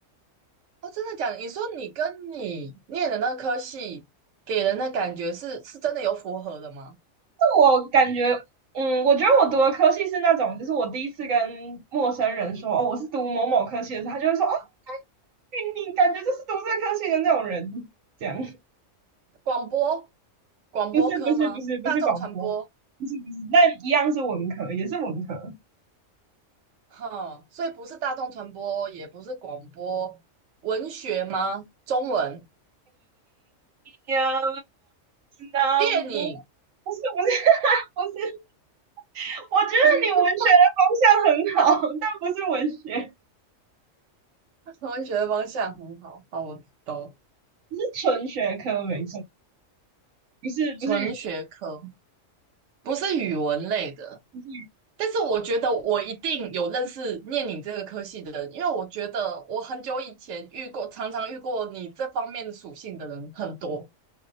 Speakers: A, on the right; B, on the right.
A: 哦，真的讲，你说你跟你念的那科系给人的感觉是是真的有符合的吗？
B: 我感觉，嗯，我觉得我读的科系是那种，就是我第一次跟陌生人说哦我是读某某科系的时候，他就会说哦，哎你感觉就是读这个科系的那种人，这样 <laughs>
A: 广播广播科吗？
B: 不是不是不是不是广播，
A: 大众传播？
B: 不是不是，但一样是文科，也是文科。
A: 哈，所以不是大众传播，也不是广播，文学吗？中文、
B: 呀，那不
A: 电影，
B: 不是不是 <laughs> 不是，我觉得你文学的方向
A: <laughs>
B: 很好，但不是文学，
A: 文学的方向很好。好，我懂。
B: 不是纯学科，没错，不是不是语
A: 纯学科不是语文类的，
B: 不是语，
A: 但是我觉得我一定有认识念你这个科系的人，因为我觉得我很久以前遇过，常常遇过你这方面属性的人很多。